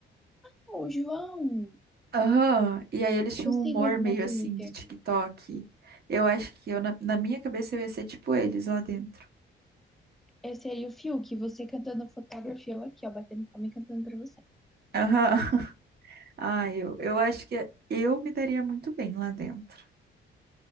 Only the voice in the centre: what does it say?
Ô, João.
Eu sigo
ele no
Twitter.
Esse aí, o Fiuk, você cantando fotografia, eu aqui, ó, batendo palma e cantando pra você.